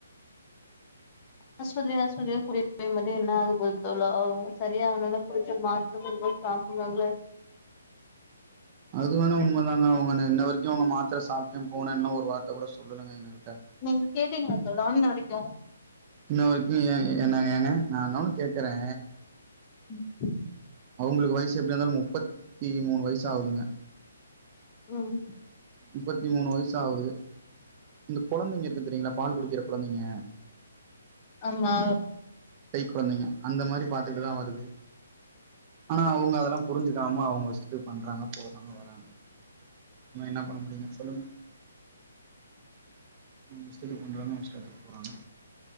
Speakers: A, on the left; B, on the right.
A: ஆஸ்பத்திரி ஆஸ்பத்திரியா கூட்டி நீ மட்டு என்னாக போகுது தோழா செரி ஆவனுனா குடிச்சு மாத்திரைகள் சாப்புனு அதுல
B: <inaudible> அது வேனா உண்ம தாங்க அவங்க இன்னை வரைக்கு அவங்க மாத்திர சாப்ட்டே போனும்லா ஒரு வார்த்த கூட சொல்லலங்க எனக்கு
A: நீங்க கேட்டீங்களா தோழா இன்ன வரைக்கு
B: இன்னவரைக்கு எ என்ன ஏங்க நா இன்னொன்னு கேக்குறே
A: ம்
B: அவங்களுக்கு வயசு எப்டி இருந்தாலு முப்பத்தி மூணு வயசாகுதுங்க
A: ம்
B: முப்பத்தி மூணு வயச ஆகுது இந்த குழந்தைங்க இருக்கு தெரியீங்களா பால் குடிக்கிற குழந்தைங்க
A: ஆமா
B: கை கொழந்தைங்க அந்த மாரி பாத்துட்டுதா வருது ஆனா அவங்க அதெல்லா புரிஞ்சுக்காம அவங்க இஷ்டத்துக்கு பண்றாங்க போறாங்க வராங்க நாம என்ன பண்ண முடியுங்க சொல்லுங்க அவங்க இஷ்டத்துக்கு பண்றாங்க இஷ்டத்துக்கு போறாங்க